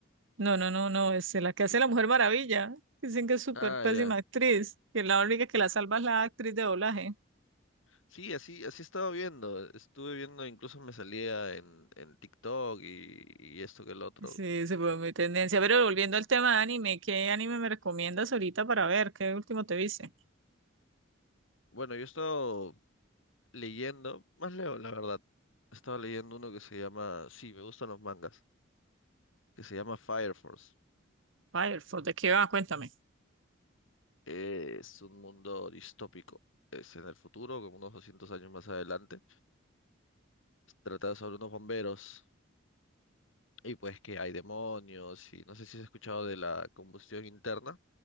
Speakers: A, on the right (about 70°); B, on the left (about 70°).
A: No, no, no, no, es la que hace la Mujer Maravilla. Dicen que es súper
B: Ah,
A: pésima
B: ya.
A: actriz, que la única que la salva es la actriz de doblaje.
B: Sí, así, así estaba viendo. Estuve viendo, incluso me salía en, en TikTok y, y esto que el otro.
A: Sí, se fue mi tendencia. Pero volviendo al tema de anime, ¿qué anime me recomiendas ahorita para ver? ¿Qué último te viste?
B: Bueno, yo he estado leyendo, más leo, la verdad. Estaba leyendo uno que se llama, sí, me gustan los mangas, que se llama Fire Force.
A: Fire, ¿de qué va? Cuéntame.
B: Es un mundo distópico. Es en el futuro, como unos 200 años más adelante. Trata sobre unos bomberos Y pues que hay demonios y no sé si has escuchado de la combustión interna.